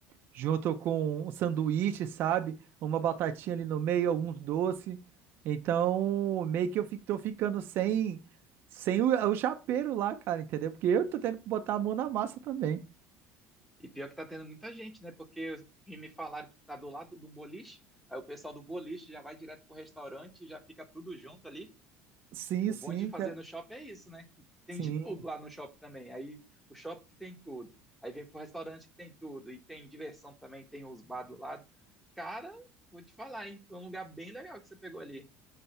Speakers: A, on the right; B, in the centre.
A: junto com um sanduíche, sabe? Uma batatinha ali no meio, alguns doces. Então, meio que eu fico, tô ficando sem, sem o, o chapeiro lá, cara, entendeu? Porque eu tô tendo que botar a mão na massa também.
B: E pior que tá tendo muita gente, né? Porque os que me falaram que tá do lado do boliche, aí o pessoal do boliche já vai direto pro restaurante, já fica tudo junto ali.
A: Sim,
B: O
A: sim,
B: bom de fazer
A: cara.
B: no shopping é isso, né? Tem
A: Sim.
B: de tudo lá no shopping também. Aí o shopping que tem tudo. Aí vem pro restaurante que tem tudo. E tem diversão também, tem os bar do lado. Cara, vou te falar, hein? Foi um lugar bem legal que você pegou ali.